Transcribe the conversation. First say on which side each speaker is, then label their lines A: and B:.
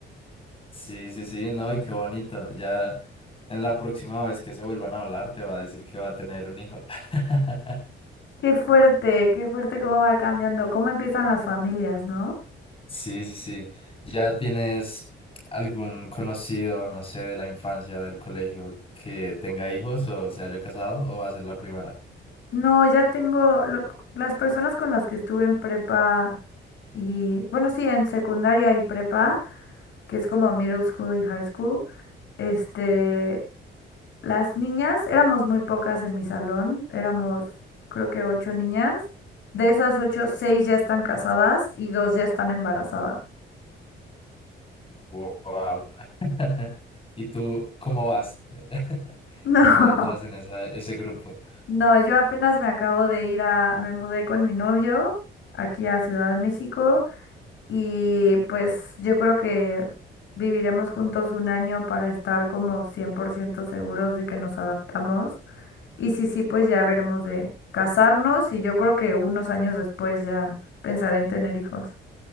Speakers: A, on the left; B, on the left.
A: Sí, sí, sí, no, y qué bonito. Ya en la próxima vez que se vuelvan a hablar, te va a decir que va a tener un hijo. <laughs>
B: Qué fuerte, qué fuerte cómo va cambiando, cómo empiezan las familias, ¿no?
A: Sí, sí, sí. ¿Ya tienes algún conocido, no sé, de la infancia, del colegio, que tenga hijos o se haya casado o va a ser la primera?
B: No, ya tengo lo- las personas con las que estuve en prepa y, bueno, sí, en secundaria y prepa, que es como middle school y high school, este, las niñas, éramos muy pocas en mi salón, éramos creo que ocho niñas. De esas ocho, seis ya están casadas y dos ya están embarazadas. <laughs>
A: Wow. <laughs> ¿Y tú cómo vas? <laughs>
B: No,
A: ¿Cómo entras en esa, ese grupo?
B: no, yo apenas me acabo de ir a, me mudé con mi novio aquí a Ciudad de México Y pues yo creo que viviremos juntos un año para estar como 100% seguros de que nos adaptamos. Y sí, sí, pues ya veremos de casarnos y yo creo que unos años después ya pensaré en tener hijos.